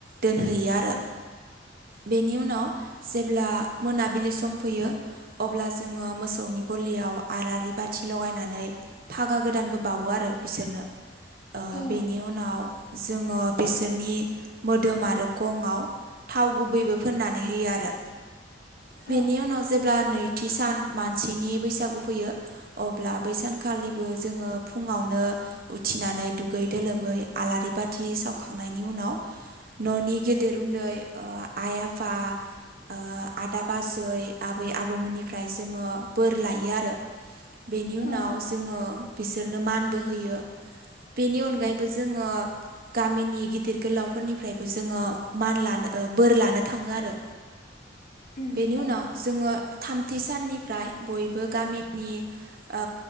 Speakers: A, on the right; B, on the left.
A: दोनहैयो आरो।
B: <inaudible>
A: बेनि उनाव जेब्ला मोनाबिलि सम फैयो। अब्ला जोङो मोसौनि गलियाव आरारि बा थि लगायनानै फागा गोदानबो बावो आरो बिसोरनो। ओ
B: औ
A: बेनि उनाव जोङो बिसोरनि मोदोम आरो गंआव थाव गुबैबो फोननानै होयो आरो बेनि
B: औ
A: उनाव जेब्ला नैथि सान मानसिनि बैसागु फैयो अब्ला बै सानखालिबो जोङो फुङावनो उथिनानै दुगै दोलोबै आलारि बाथि सावखांनायनि उनाव न'नि गेदेर उन्दै ओ आइ आफा ओ आदा बाजै आबै आबौमोननिफ्राय जोङो बोर लायो आरो बेनि उनाव
B: औ
A: जोङो बिसोरनो मानबो होयो। बेनि अनगायैबो
B: उम
A: जोङो गामिनि गिदिर गोलावफोरनिफ्रायबो जोङो मान लानो ओ बोर लानो थाङो आरो
B: उम
A: बेनि
B: औ
A: उनाव जोङो थामथि साननिफ्राय बयबो गामिनि ओ